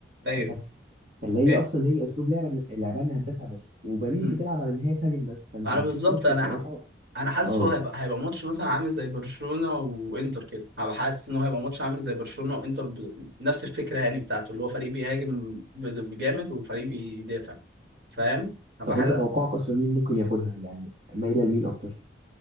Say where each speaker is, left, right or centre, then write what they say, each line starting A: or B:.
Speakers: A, on the right (about 70°); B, on the right (about 55°).
A: أيوه
B: بس فاللي هي
A: إيه.
B: اصلا هي اسلوب لعبه إن- اللعبه انها تدافع بس وباريس
A: امم
B: بتلعب على ان هي تهاجم بس فانت
A: أنا
B: هتشوف
A: بالظبط
B: ماتش
A: أنا
B: الصراحه
A: انا حاسه
B: اه
A: هيبقى هيبقى ماتش مثلا عامل زي برشلونة وانتر كده انا حاسس ان هو هيبقى ماتش عامل زي برشلونة وانتر ب... نفس الفكرة يعني بتاعته اللي هو فريق بيهاجم ب- بجامد وفريق بيدافع فاهم هبقى
B: طب
A: حاسس
B: انت توقعك اصلا مين ممكن ياخدها يعني مايله لمين اكتر